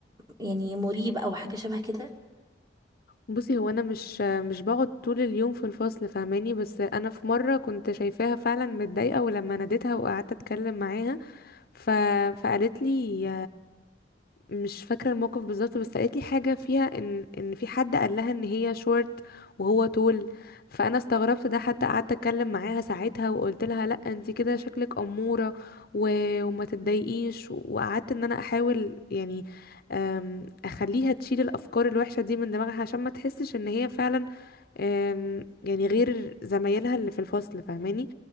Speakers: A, on the right; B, on the left.
A: يعني مريب او حاجه شبه كده
B: بصي هو أنا مش آه، مش بقعد طول اليوم في الفصل فاهماني بس أنا في مرة كنت شايفاها فعلا متضايقة ولما ناديتها وقعدت أتكلم معاها ف... فقالت لي مش فاكرة الموقف بالظبط بس قالت لي حاجة فيها ان ان في حد قال لها ان هي شورت وهو طول فانا استغربت ده حتى قعدت اتكلم معاها ساعتها وقلت لها لا انت كده شكلك امورة و... وما تتضايقيش وقعدت ان انا احاول يعني أم، اخليها تشيل الافكار الوحشة دي من دماغها عشان ما تحسش ان هي فعلا آم، يعني غير زمايلها اللي في الفصل فاهماني